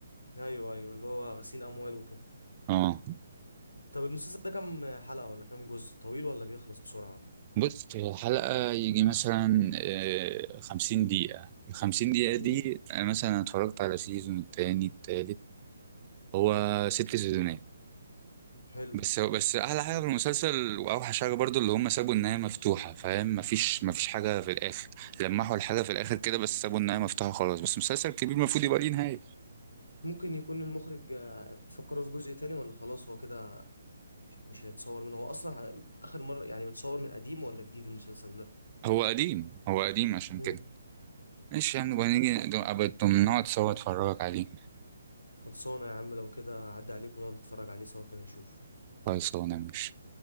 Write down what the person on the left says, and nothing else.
ايوه ايوه اللي هو غسيل اموال وكده
طب المسلسل ده كام حلقة ولا كام جزء طويل ولا بيخلص بسرعة
امم
حلو
ممكن يكون المخرج آه، فكروا في جزء تاني ولا خلاص هو كده مش هيتصور منه هو اصلا اخر مره يعني متصور من قديم ولا جديد المسلسل ده
مم.
مم.
خلصانه يا عم لو كده عدى عليك ونقعد نتفرج عليه سوا كده نشوف